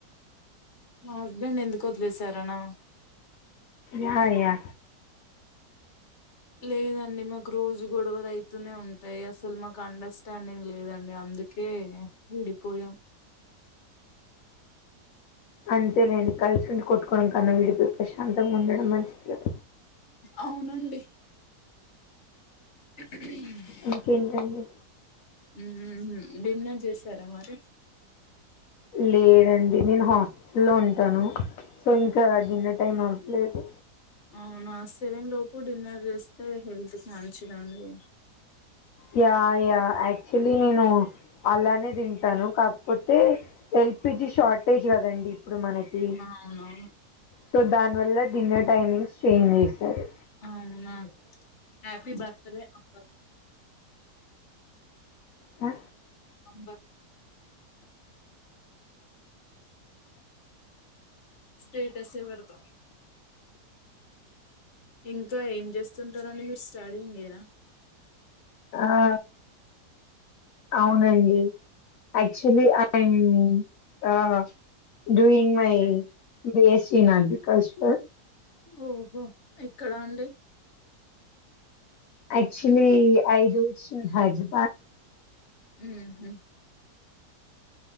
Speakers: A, on the left (about 45°); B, on the left (about 60°).
A: మా హస్బెండ్ ఎందుకొదిలేేశరనా?
B: యా యా
A: లేదండి మాకు రోజు గొడవల్ అయితునే ఉం టయ్ అసల్ మాక్ అండర్స్టాండింగ్ లేదండి అందుకే విడిపోయాం.
B: అంతేలెండి కల్సుండి కొట్టుకోడం కన్న విడిపోయి ప్రశాంతంగ ఉండడం మంచిది గద
A: అవునండి. <inaudible>
B: ఇంకేంటండి?
A: మ్ మ్ హ్ డిన్నర్ చేసార మరి
B: లేదండి నేన్ హాస్టల్లో ఉంటాను సో ఇంక డిన్నర్ టైమ్ అవ్లేదు.
A: అవునా సెవెన్ లోపు డిన్నర్ చేస్తే హెల్త్కి మంచిదండి.
B: యా యా అక్చుల్లి నేను అలానే తింటాను కాక్పోతే ఎల్. పి. జి షార్టేజ్ గదండి ఇప్పుడు మనకీ
A: అవునా
B: సో దాన్ వల్ల డిన్నర్ టైమింగ్స్ చేంజ్ చేసారు.
A: అవున హ్యాపి బర్త్డే అంబర్
B: ఆ
A: అంబర్ స్టేటస్ ఏ పెడ్త. ఇంకా ఏం చేస్తుంటారండి మీర్ స్టడింగేన
B: ఆ ఔనండి actually I am uh doing my BSc in agriculture
A: ఓహో ఎక్కడా అండి?
B: అక్చులి ఐ జోష్ ఇన్ హైద్ర
A: మ్ హ్